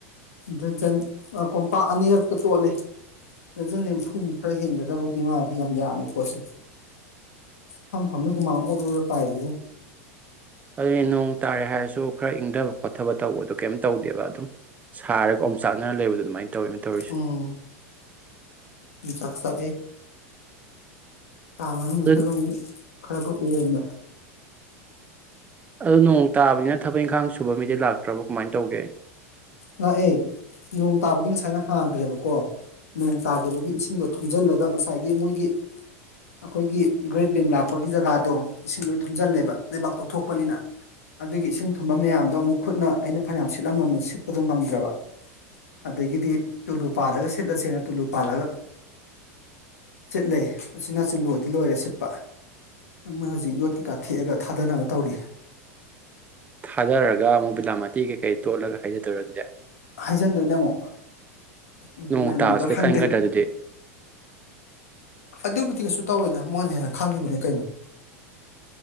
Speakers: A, on the left; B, on the right.
A: ꯗꯖꯟ ꯀꯣꯝꯄꯥꯛ ꯑꯅꯤꯔꯛꯇ ꯇꯣꯠꯂꯦ ꯗꯖꯟ ꯅꯤꯐꯨꯃꯨꯛ ꯈꯔ ꯍꯦꯟꯒꯗꯕꯗꯤ ꯃꯥꯗꯤ ꯌꯥꯝ ꯌꯥꯝꯃꯤ ꯄꯣꯠꯁꯦ ꯐꯝ ꯐꯝꯗꯨ ꯍꯨꯃꯥꯡ ꯑꯣꯔꯔꯣ ꯇꯥꯏꯔꯤꯕꯕꯨꯣ
B: ꯑꯗꯨꯗꯤ ꯅꯣꯡ ꯇꯥꯔꯦ ꯍꯥꯏꯔꯁꯨ ꯈꯔ ꯏꯪꯊꯕ ꯈꯣꯠꯊꯕ ꯇꯧꯕꯗꯣ ꯀꯩꯝꯇ ꯇꯧꯗꯦꯕ ꯑꯗꯨꯝ ꯁꯥꯔꯒ ꯑꯃꯝ ꯆꯥꯛꯅꯅ ꯂꯩꯕ ꯑꯗꯨꯃꯥꯏꯅ ꯇꯧꯋꯦꯅ ꯇꯧꯔꯤꯁꯦ
A: ꯎꯝ ꯎ ꯆꯥꯛꯁ ꯀꯥ ꯃꯅꯨꯡꯁꯤꯛꯇꯒ
B: ꯑꯗꯨ
A: ꯈꯔ ꯈꯔ ꯎꯝꯃꯦ
B: ꯑꯗꯨꯣ ꯅꯣꯡ ꯇꯥꯕꯅꯤꯅ ꯊꯕꯛ ꯏꯪꯈꯥꯡꯁꯨ ꯊꯨꯕ ꯃꯤꯗꯤ ꯂꯥꯛꯇ꯭ꯔꯕ ꯀꯃꯥꯏꯅ ꯇꯧꯒꯦ
A: ꯂꯥꯛꯑꯦ ꯅꯣꯡ ꯇꯥꯕꯗꯤ ꯉꯁꯥꯏꯅ ꯍꯥꯡꯈ꯭ꯔꯦꯕꯀꯣ ꯅꯣꯡ ꯇꯥꯈꯤꯕꯒꯤ ꯏꯁꯤꯡꯗꯣ ꯊꯨꯝꯖꯤꯜꯂꯒ ꯉꯁꯥꯏꯒꯤ ꯃꯣꯏꯒꯤ ꯑꯩꯈꯣꯏꯒꯤ ꯒ꯭ꯔꯦꯠ ꯕꯦꯝ ꯂꯥꯛꯄꯒꯤ ꯖꯒꯥꯗꯣ ꯏꯁꯤꯡꯗꯣꯏ ꯊꯨꯝꯖꯤꯜꯂꯦꯕ ꯂꯩꯕꯥꯛ ꯇꯧꯊꯣꯛꯄꯅꯤꯅ ꯑꯗꯨꯒꯤ ꯏꯁꯤꯡ ꯊꯨꯝꯕ ꯃꯌꯥꯝꯗꯣ ꯑꯃꯨꯛ ꯈꯨꯠꯅ ꯑꯩꯅ ꯐꯅꯌꯥꯝ ꯁꯤꯠꯂꯝꯃꯝꯃꯦ ꯠꯄ ꯑꯗꯨ ꯉꯝꯗ꯭ꯔꯕ ꯑꯗꯒꯤꯗꯤ ꯇꯨꯂꯨ ꯄꯥꯜꯂꯒ ꯁꯤꯠꯂꯁꯦꯅ ꯇꯨꯂꯨ ꯄꯥꯜꯂꯒ ꯁꯤꯠꯂꯦ ꯑꯁꯤꯅꯆꯤꯟ ꯂꯣꯏꯗꯤ ꯂꯣꯏꯔꯦ ꯁꯤꯠꯄ ꯃꯣꯏ ꯍꯧꯖꯤꯛ ꯌꯣꯠ ꯀꯩꯀꯥ ꯊꯦꯛꯑꯒ ꯊꯥꯗꯅꯕ ꯇꯧꯔꯤ
B: ꯊꯥꯗꯔꯒ ꯑꯃꯨꯛ ꯕꯤꯂꯥꯃꯥꯇꯤ ꯀꯩꯀꯩ ꯇꯣꯠꯂꯒ ꯍꯥꯏꯖꯗꯣꯏꯔꯦ ꯑꯗꯨꯗꯤ
A: ꯍꯥꯏꯖꯤꯟꯗꯣꯏꯅꯦ ꯑꯃꯨꯛ ꯎ
B: ꯅꯣꯡ
A: ꯅꯪꯒꯤꯗꯣ
B: ꯇꯥꯕꯁꯤꯗ
A: ꯈꯪꯗꯦ
B: ꯀꯟꯒꯗ꯭ꯔꯥ ꯑꯗꯨꯗꯤ
A: ꯑꯗꯨꯕꯨꯗꯤ ꯀꯩꯁꯨ ꯇꯧꯔꯣꯏꯗ ꯃꯣꯏꯅ ꯍꯦꯟꯅ ꯈꯪꯈꯤꯕꯅꯤ ꯀꯩꯅꯣ